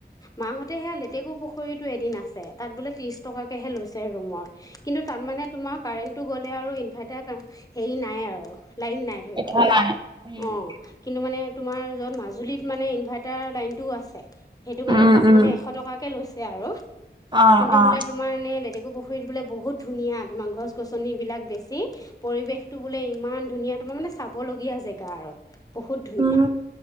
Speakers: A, on the left (about 20°); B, on the right (about 25°).
A: মাহতে হে লেটেকু পুখুৰীটো এদিন আছে তাত বোলে তিৰিছ টকাকে লৈছে ৰুমৰ। কিন্তু তাত মানে তোমাৰ কাৰেণ্টটো গ'লে আৰু ইনভাৰ্টাৰ কা হেৰি নাই আৰু। লাইন নাই ধৰি
B: পিঠা
A: লোৱা।
B: নাই, উম।
A: অ', কিন্তু মানে তোমাৰ য'ত মাজুলীত মানে ইনভাৰ্টাৰ লাইনটোও আছে। সেইটো মানে
B: উম,
A: তাত
B: উম,
A: মানে এশ টকাকে লৈছে। সেয়া আৰু।
B: অ',
A: কিন্তু
B: অ',
A: বোলে তোমাৰ এনেই ডেকু পুখুৰীত বোলে বহুত ধুনীয়া তোমাৰ গছ গছনিবিলাক বেছি পৰিৱেশটো বোলে ইমান ধুনীয়া তোমাৰ মানে চাবলগীয়া জেগা আৰু বহুত ধুনীয়া।
B: উম,